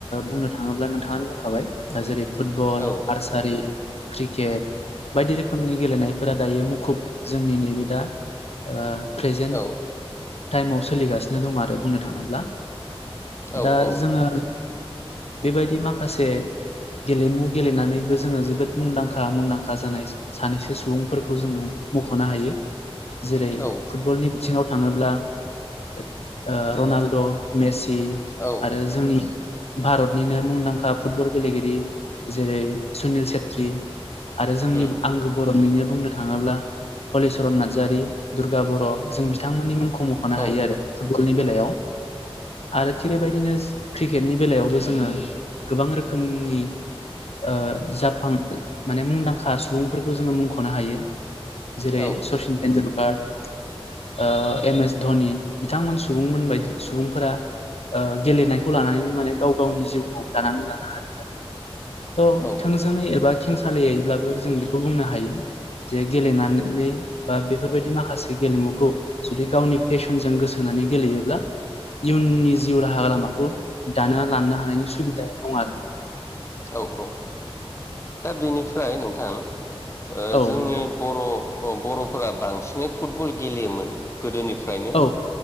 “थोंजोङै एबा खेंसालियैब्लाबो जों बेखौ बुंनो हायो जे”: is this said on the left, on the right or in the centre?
Left